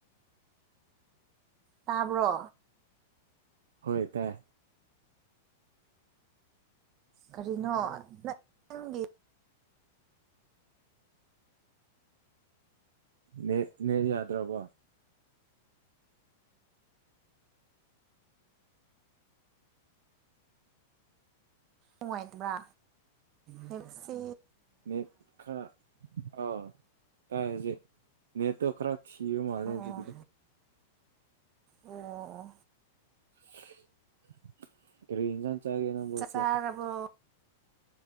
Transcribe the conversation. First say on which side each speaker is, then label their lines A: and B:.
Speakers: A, on the right; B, on the right.
A: ꯇꯥꯕ꯭ꯔꯣ
B: ꯍꯣꯏ ꯇꯥꯏ
A: ꯀꯔꯤꯅꯣ ꯅ ꯅꯪꯒꯤ
B: ꯅꯦ ꯅꯦꯠ ꯌꯥꯗ꯭ꯔꯕꯣ
A: ꯅꯨꯡꯉꯥꯏꯇꯕ꯭ꯔꯥ ꯅꯦꯠꯁꯤ
B: ꯅꯦꯠ ꯈꯥꯔ ꯑꯥ ꯇꯥꯏ ꯍꯧꯖꯤꯛ ꯅꯦꯠꯇꯣ ꯈꯥꯔ ꯊꯤꯕ ꯃꯥꯂꯦ
A: ꯑꯣ
B: ꯍꯧꯖꯤꯛꯀꯤꯗꯣ
A: ꯑꯣ ꯑꯣ
B: <unintelligible> ꯀꯔꯤ ꯏꯟꯖꯥꯡ ꯆꯥꯒꯦ ꯅꯪꯕꯣ
A: ꯆꯥꯛꯆꯥꯔꯕꯣ
B: ꯏꯆꯦ